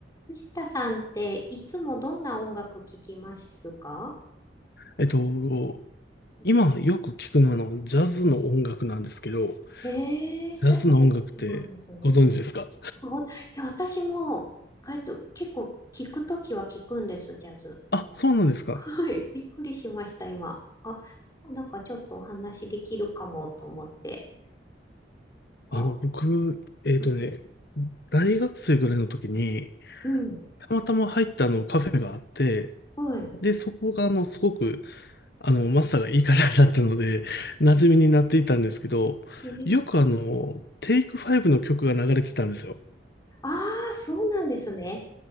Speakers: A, on the left; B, on the left.
A: 藤田さんっていつもどんな音楽聴きますか
B: えっと、
A: うん
B: 今よく聞くのはあの、ジャズの音楽なんですけど、
A: へえー、
B: ジャズの音楽ってご存知ですか
A: ジャズが好きなんですね。あおいや、私も、えと、結構聴くときは聴くんです、ジャズ。
B: あ、そうなんですか。
A: はい、びっくりしました、今。あ、なんかちょっとお話できるかもと思って。こ
B: あの、僕、えっとね、
A: う
B: 大学生ぐらいの時に、
A: うん、
B: たまたま入ったあのカフェがあって、
A: はい。
B: で、そこがあの、すごく、あの、マスターがいい方だったので、馴染みになっていたんですけど、
A: えー、
B: よくあの、テイクファイブの曲が流れてたんですよ。
A: ああ、そうなんですね。